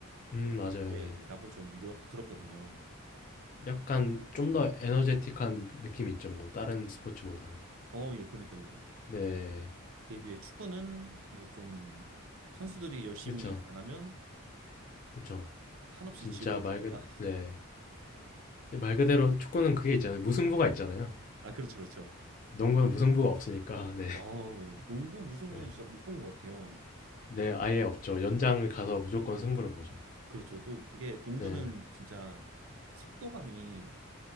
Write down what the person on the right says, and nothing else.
예,
라고 전 들었, 들었거든요.
어, 예, 그러니까요.
그에 비해 축구는 이게 좀 선수들이 열심히
안 하면
한없이
지루해지니까.
<laughs>
아, 그렇죠, 그렇죠.
어우, 농구 무승부는
진짜 못 본 것 같아요.
그렇죠. 또 그게 농구는
진짜 속도감이,